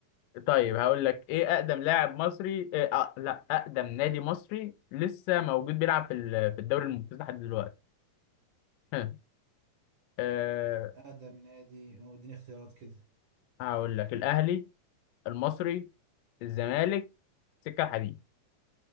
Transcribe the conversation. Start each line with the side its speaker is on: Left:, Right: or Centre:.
Left: طيب هقول لك ايه اقدم لاعب مصري إيه أ... لا اقدم نادي مصري لسه موجود بيلعب في ال... في الدوري الممتاز لحد دلوقتي <laughs> ها. أه...
Right: أقدم نادي هو اديني اختيارات كده
Left: هقول لك الاهلي المصري الزمالك السكه الحديد